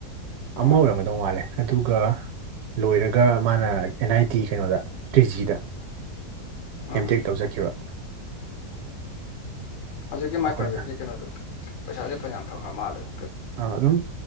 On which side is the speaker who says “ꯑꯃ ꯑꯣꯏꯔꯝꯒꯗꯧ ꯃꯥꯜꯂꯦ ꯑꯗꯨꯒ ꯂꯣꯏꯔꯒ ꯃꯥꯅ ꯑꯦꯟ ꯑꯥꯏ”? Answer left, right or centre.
Right